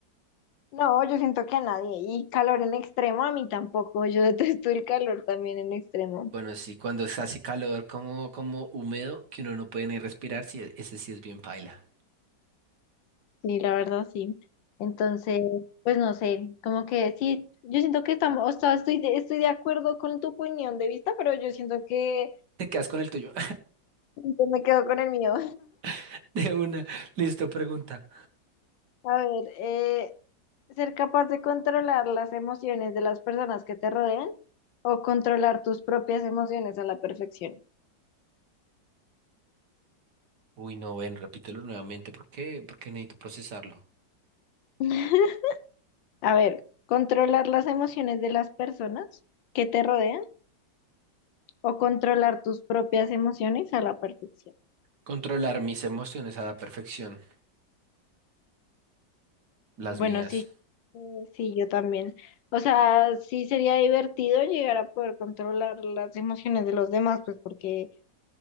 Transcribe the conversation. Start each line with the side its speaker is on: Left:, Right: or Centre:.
Left: No, yo siento que a nadie. Y calor en extremo, a mí tampoco. Yo detesto el calor también en extremo.
Right: Bueno, sí, cuando es así calor como, como húmedo, que uno no puede ni respirar, sí, ese sí es bien paila.
Left: Sí, la verdad, sí. Entonces, pues no sé, como que sí, yo siento que estamos, o sea, estoy de, estoy de acuerdo con tu opinión de vista, pero yo siento que
Right: Te quedas con el tuyo.
Left: yo me quedo con el mío.
Right: <laughs> De una, listo, pregunta.
Left: A ver, eh, ser capaz de controlar las emociones de las personas que te rodean o controlar tus propias emociones a la perfección.
Right: Uy, no, ven, repítelo nuevamente, ¿por qué? Porque necesito procesarlo.
Left: <laughs> A ver, controlar las emociones de las personas que te rodean o controlar tus propias emociones a la perfección.
Right: Controlar mis emociones a la perfección, las
Left: Bueno,
Right: mías.
Left: sí, eh, sí, yo también. O sea, sí sería divertido llegar a poder controlar las emociones de los demás, pues porque